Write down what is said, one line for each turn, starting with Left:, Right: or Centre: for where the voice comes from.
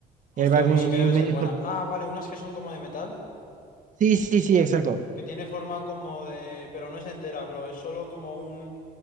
Right: Y,
Left: Hostia,
Right: el papi-
Left: pues sí que debe
Right: y me
Left: ser
Right: dijo,
Left: buena. Ah, vale, unas que son como de metal,
Right: sí, sí, sí, exacto.
Left: que tiene forma como de... Pero no es entera, bro, es solo como un...